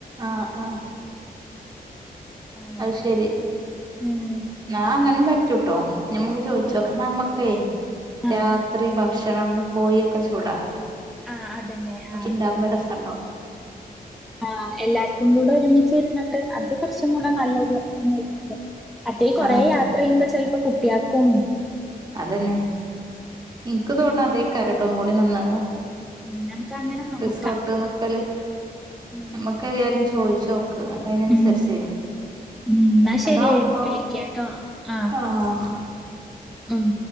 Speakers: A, on the right; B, in the centre.
A: ആആ
B: അങ്ങനെ
A: അത് ശെരി
B: ഉം
A: നാഅങ്ങനി പറ്റ റ്റുട്ടോ നമ്മക്ക് ചോയിിച്ചോക്കനാ നമ്മക്കേ
B: ആ
A: രാത്രി ഭ ഭക്ഷണം അടന്ന് കോഴിയൊക്കെ ചൂടാ
B: ആ അതന്നെ
A: പക്ഷെ
B: ആ
A: ഇണ്ടാക്കുമ്പോ
B: ആ
A: രസണ്ടാവും
B: ആ എല്ലാർക്കും കൂടെ ഒരുമിച്ചച്ച്ര അത് കുറച്ചും കൂടെ നല്ലൊരു നൈ കിണ്ട് അറ്റൽ കുറെേ
A: ആഹ്
B: യാത്ര ചെയ്യുമ്പോ ചിലപ്പോ യാക്കും
A: അതന്നെ എനിക്ക് തോന്നണം അതെ കരട്ട ട്ടോ ഒന്നും കൂടി നന്നാക് അ
B: ഉം നമുക്ക് അങ്ങനെ നോക്കാം
A: റിസോർട്ട് നിക്കല്
B: ഉം
A: നമ്മക്കറയാലും ചോയിിച്ച നോക്ക എന്നട്ട് അന്നുസരിച്ചേ
B: ഉം ഉം എന്നാ ശരി
A: അതാവുമ്പോ
B: വിളിക്കാട്ടോ ആ
A: ആഹ
B: ഉം